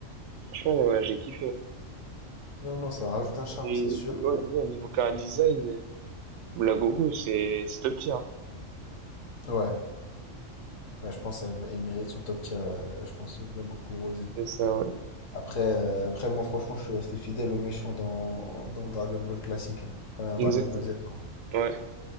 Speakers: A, on the right; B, on the left.
A: franchement, ouais, j'ai kiffé. hein.
B: Non, non, ça rajoute un charme,
A: Et
B: c'est sûr.
A: ouais, c'est ça, au niveau chara design, euh, Blagoku, c'est c'est top tier.
B: Ouais. Ouais, je pense qu'il mérite son top tier. euh, je pense euh, Black Goku Rosé.
A: C'est ça, ouais.
B: Après, euh, après, moi, franchement, je suis resté fidèle aux méchants dans, dans Dragon Ball classique. hein. Enfin,
A: Exactement.
B: Dragon Ball Z, quoi.
A: Ouais.